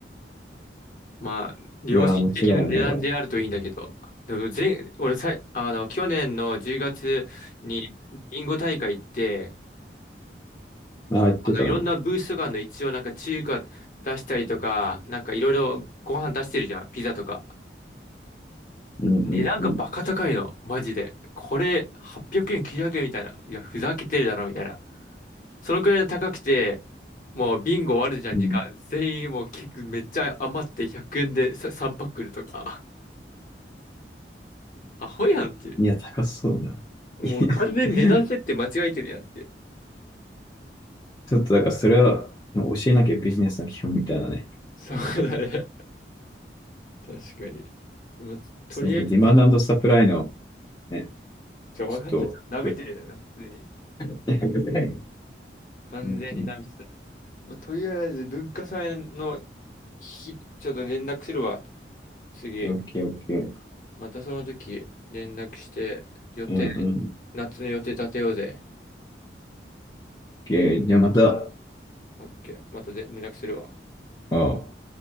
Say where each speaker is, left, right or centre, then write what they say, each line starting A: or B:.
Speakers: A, on the left (about 45°); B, on the left (about 20°).
A: まあ、良心的な値段であるといいんだけど。
B: いやー、間違いないわ。
A: でも、前、俺さい、あの、去年の10月にビンゴ大会行って、
B: ああ、言ってたね。
A: あの、いろんなブースとかあるの一応なんか中華出したりとか、なんかいろいろご飯出してるじゃん、ピザとか。
B: うんうんうん
A: 値段がバカ高いの、マジで。これ800円、900円みたいな。いや、ふざけてるだろ、みたいな。そのくらい高くて、もうビンゴ終わるじゃん、
B: うん。
A: 時間。全員もう結構めっちゃ余って100円でさ3パック来るとか。<laughs> アホやんっていう。
B: いや、高そうだ。
A: もう完全に値段設定間違えてるやんっていう。
B: <laughs> いやちょっとだからそれは教えなきゃビジネスの基本みたいなね。
A: そうだね。確かに。でもとりあえず、
B: そのディマンドサプライのね、
A: じゃ分かった。
B: ちょっと、
A: ちょっと舐めてるよね、普通に。
B: <laughs>
A: 完全にダミスだ。
B: 本当に。
A: まあ、とりあえず文化祭の日、ちょっと連絡するわ。次。
B: オッケーオッケー。
A: またその時連絡して予定、
B: うんうん。オッ
A: 夏の予定立てようぜ。
B: ケー。じゃあまた、あ
A: オッケー。またで連絡するわ。
B: あ